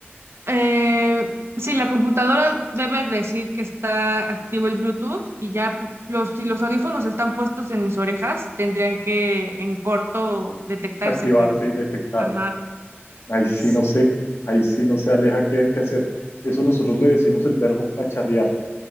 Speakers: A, on the right; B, on the left.
A: Eh, sí, la computadora debe decir que está activo el Bluetooth y ya pu- los, si los audífonos están puestos en mis orejas, tendrían que en corto detectarse,
B: Activarse
A: pero,
B: y detectar.
A: ajá,
B: Ahí sí
A: sí.
B: no sé, ahí sí no sé, Aleja, qué, qué hacer. Eso nosotros le decimos el verbo cacharrear,